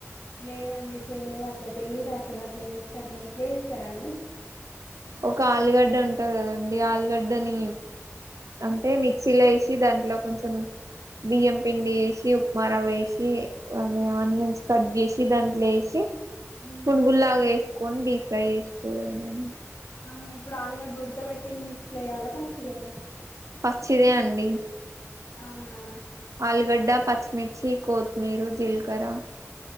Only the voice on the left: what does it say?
లేదండి చేయలేదు అట్ల తెలీదు అసలు అట్ల చేస్తారని ఎట్లే చేస్తారాం
మ్మ్
ఆ ఇప్పుడు ఆలుగడ్డ ఉడకబెట్టింది నిచ్చలేయాల పచ్చిదేనా
అవునా